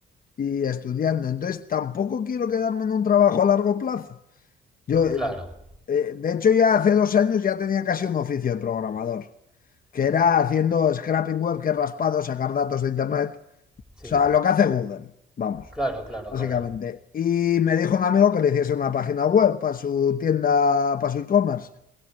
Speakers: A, on the left; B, in the centre.
A: y estudiando. Entonces, tampoco quiero quedarme en un trabajo a largo plazo. Yo, eh,
B: claro,
A: eh, de hecho, ya hace dos años ya tenía casi un oficio de programador, que era haciendo scraping web, que es raspado, sacar datos de internet. O
B: sí.
A: sea, lo que hace Google, vamos,
B: Claro, claro,
A: básicamente.
B: claro.
A: Y me dijo un amigo que le hiciese una página web para su tienda, para su e-commerce